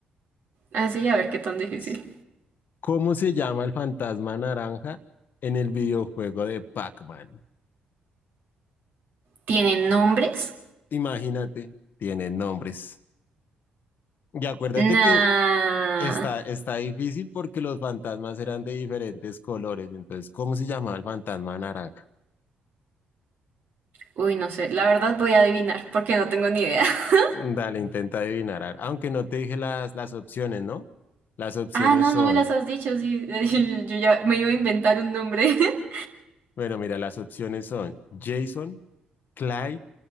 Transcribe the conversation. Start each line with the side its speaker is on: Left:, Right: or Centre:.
Right: Así, a ver qué tan difícil.
Left: Es, ¿Cómo se llama el fantasma naranja en el videojuego de Pac-Man?
Right: ¿Tienen nombres?
Left: Imagínate, tiene nombres. Y acuérdate
Right: Nah.
Left: que Está, está difícil porque los fantasmas eran de diferentes colores. Entonces, ¿cómo se llamaba el fantasma naranja?
Right: Uy, no sé. La verdad voy a adivinar porque no tengo ni idea. <laughs>
Left: Mm, Dale, intenta adivinar. a- Aunque no te dije las, las opciones, ¿no? Las opciones
Right: Ah, no,
Left: son,
Right: no me las has dicho. Sí, <laughs> yo ya me iba a inventar un nombre. <laughs>
Left: bueno, mira, las opciones son Jason, Clyde,